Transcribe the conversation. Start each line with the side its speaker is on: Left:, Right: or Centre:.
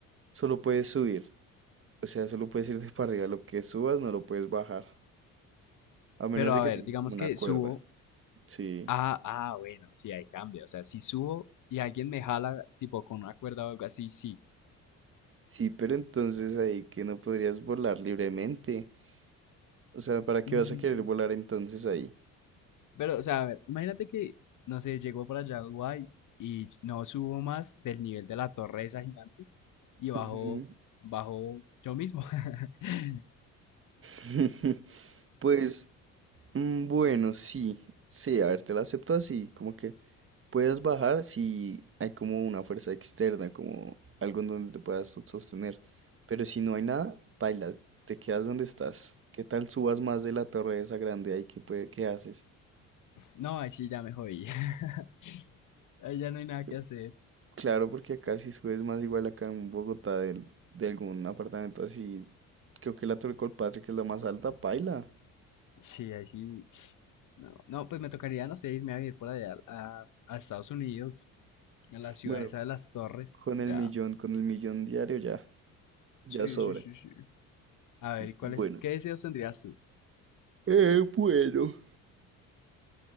Right: solo puedes subir. O sea, solo puedes ir de <laughs> para arriba. Lo que subas no lo puedes bajar. A
Left: Pero
Right: menos de
Left: a
Right: que
Left: ver,
Right: tengas
Left: digamos
Right: como una
Left: que
Right: cuerda.
Left: subo
Right: Sí.
Left: Ah, ah, bueno, sí, ahí cambia. O sea, si subo y alguien me jala, tipo con una cuerda o algo así, sí.
Right: Sí, pero entonces ahí que no podrías volar libremente. O sea, ¿para qué
Left: Mm,
Right: vas a querer volar entonces ahí?
Left: pero, o sea, a ver, imagínate que, no sé, llego por allá a Dubái y no subo más del nivel de la torre esa gigante y bajo,
Right: Ujú.
Left: bajo yo mismo. <laughs>
Right: <laughs> Pues, mm, bueno, sí. Sí, a ver, te la acepto así, como que Puedes bajar si hay como una fuerza externa, como algo en donde te puedas so- sostener. Pero si no hay nada, bailas, te quedas donde estás. ¿Qué tal subas más de la torre esa grande ahí? ¿Qué puede, qué haces?
Left: No, ahí sí ya me jodí. <laughs> Ahí ya no hay nada
Right: Que-
Left: que hacer.
Right: Claro, porque acá si subes más, igual acá en Bogotá de, de algún apartamento así, creo que la Torre Colpatria, que es la más alta, paila.
Left: Sí, ahí sí. No, no, pues me tocaría, no sé, irme a vivir por allá a, a Estados Unidos, a la ciudad
Right: Bueno,
Left: esa
Right: c-
Left: de las torres.
Right: con el
Left: Ya
Right: millón, con el millón diario ya, ya
Left: Sí,
Right: sobra.
Left: sí, sí, sí. A ver, ¿y cuáles,
Right: Bueno.
Left: qué deseos tendrías tú?
Right: Eh, bueno.